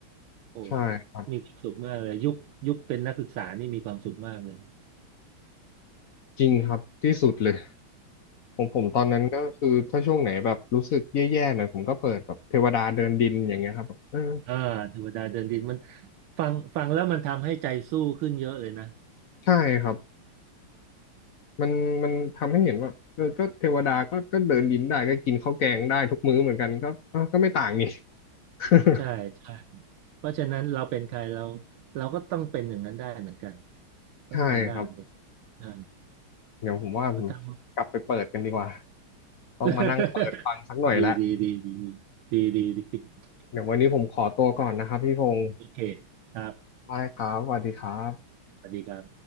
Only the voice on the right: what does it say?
โอ้
มีความสุขมากเลยยุคยุคเป็นนักศึกษานี่มีความสุขมากเลย
อ่าเทวดาเดินดินมันฟังฟังแล้วมันทำให้ใจสู้ขึ้นเยอะเลยนะ
ใช่ใช่เพราะฉะนั้นเราเป็นใครเราเราก็ต้องเป็นอย่างนั้นได้เหมือนกันต้องทำได้เหมือนกัน
ใช่
มันทำ
<laughs> ดีดีดีดีดีดีดีดี
โอเคครับ
สวัสดีครับ